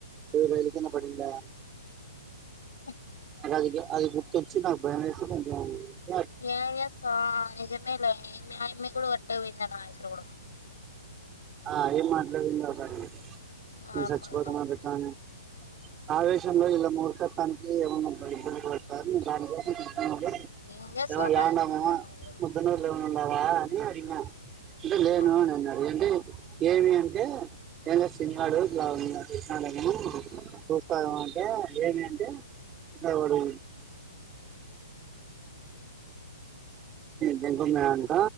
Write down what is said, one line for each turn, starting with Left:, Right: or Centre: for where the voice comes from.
Right: యే రైలు కింద పడిందా
Left: ఆ
Right: అదిగా అది గుర్తు వచ్చి నా భయం చేేస కొ <unintelligible>
Left: ఎమ్ చేస్తావ్ ఆ నిజమే ఆమె కూడా పట్టకపోయింది నా ఉసురు కూడా.
Right: ఆ ఎమ్ మాట్లాడిందో ఒక సారి విను
Left: ఆ
Right: నేను
Left: అమ్మ
Right: చచ్చిపోతా అని పెట్టానని ఆవేశంలో ఇలా మూర్ఖాత్వనికి ఏవో కొన్ని కొన్ని సార్లు <unintelligible> డి
Left: ఏం చేస్తావ్
Right: ఎవో
Left: అబ్బా
Right: ల్యాండ్ అవ్వమూ
Left: ఇక అమ్మ కూడా
Right: పొద్దున లెవెన్ ఉండవా అని అడిిగిన అంటే లేేను
Left: ఆ
Right: అని అన్నాడు ఏమన్ ఏమి అంటే ఏమ్లా సీను గాడు ఇట్లా నిన్న చేసినాడు చూస్తారు అంటే ఏమి అంటే <unintelligible> అని దేంకొని పోయినదాంట